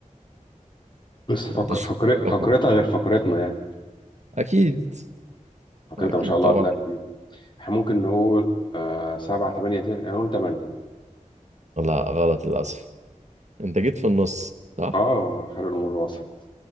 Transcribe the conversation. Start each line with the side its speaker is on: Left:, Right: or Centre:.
Left: بس فق...
Right: انت شوف
Left: فقر...
Right: الرقم.
Left: فقرتها غير فقرتنا يعني
Right: اكيد
Left: فقرتها
Right: اكيد
Left: ما شاء الله
Right: طبعا
Left: هتلاقي كبير احنا ممكن نقول آه سبعة تمانية تسعة يعني نقول تمانية
Right: لا غلط للاسف انت جيت في النص صح
Left: اه خير الأمور وسط